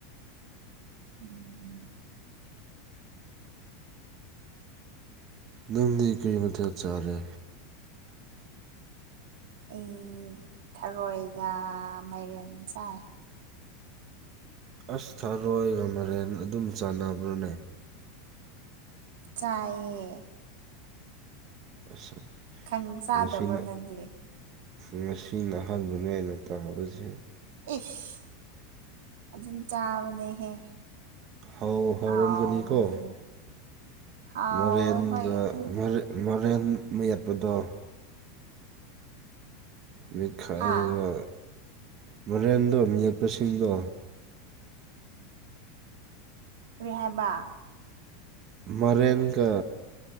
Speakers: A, on the right; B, on the right.
A: ꯎꯝ
B: ꯅꯪꯗꯤ ꯀꯔꯤ ꯃꯊꯦꯜ ꯆꯥꯔꯦ
A: ꯑꯩ ꯊꯔꯣꯏꯒ ꯃꯥꯏꯔꯦꯟ ꯆꯥꯏ
B: ꯑꯁ ꯊꯥꯔꯣꯏꯒ ꯃꯔꯦꯟ ꯑꯗꯨꯝ ꯆꯥꯟꯅꯕ꯭ꯔꯥꯅꯦ
A: ꯆꯥꯏꯌꯦ
B: ꯑꯁ
A: ꯈꯪ ꯆꯥꯗꯕ꯭ꯔꯣ
B: ꯉꯁꯤꯅ
A: ꯅꯪꯗꯤ
B: ꯉꯁꯤꯅ ꯑꯍꯥꯟꯕꯅꯦ ꯍꯦꯟꯅ ꯇꯥꯕꯁꯦ
A: ꯏꯁ ꯑꯗꯨꯝ ꯆꯥꯕꯅꯦꯍꯦ
B: ꯍꯥꯎꯔꯝꯒꯅꯤꯀꯣ
A: ꯍꯥꯎꯕꯅꯦ ꯑꯗꯣ ꯍꯥꯎꯋꯦ
B: ꯃꯔꯦꯟꯒ
A: ꯍꯣꯏ ꯑꯗꯨꯝ
B: ꯃꯔꯣꯔꯦꯟ ꯃꯌꯦꯠꯄꯗꯣ ꯃꯤꯠꯈꯥꯏꯔꯒ
A: ꯍꯥ
B: ꯃꯔꯦꯟꯗꯣ ꯃꯤꯠꯄꯁꯤꯡꯗꯣ
A: ꯀꯔꯤ ꯍꯥꯏꯕ
B: ꯃꯔꯦꯟꯒ